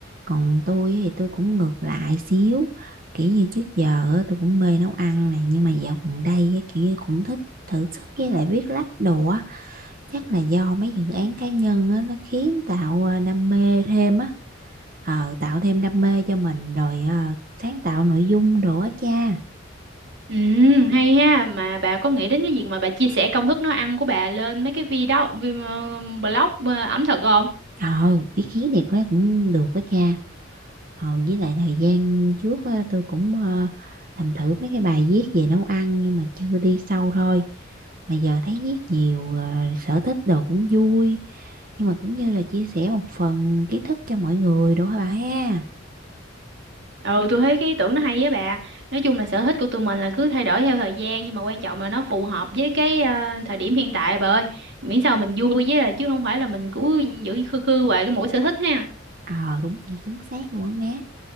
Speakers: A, on the right; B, on the right.
A: còn tôi thì tôi cũng ngược lại xíu kiểu như trước giờ á, tôi cũng mê nấu ăn này nhưng mà dạo gần đây á, kiểu như cũng thích thử sức với lại viết lách đồ á chắc là do mấy dự án cá nhân á, nó khiến tạo à, đam mê thêm á ờ tạo thêm đam mê cho mình rồi à, sáng tạo nội dung đồ á cha
B: Ừ, hay ha, mà bà có nghĩ đến cái việc mà bà chia sẻ công thức nấu ăn của bà lên mấy cái video vi- ờ, blog ờ, ẩm thực không?
A: ờ ý kiến này có lẽ cũng được á cha Ờ, với lại thời gian trước á, tôi cũng ờ, làm thử mấy cái bài viết về nấu ăn nhưng mà chưa đi sâu thôi. Mà giờ thấy viết nhiều ờ, sở thích đồ cũng vui nhưng mà cũng như là chia sẻ một phần kiến thức cho mọi người đúng hả bà ha?
B: ừ tôi thấy cái ý tưởng nó hay với bà nói chung là sở thích của tụi mình là cứ thay đổi theo thời gian nhưng mà quan trọng là nó phù hợp với cái ờ, thời điểm hiện tại bà ơi miễn sao mình vui với à, chứ không phải là mình cứ giữ khư khư hoài cái mỗi sở thích ha
A: Ờ đúng vậy chính xác luôn á má.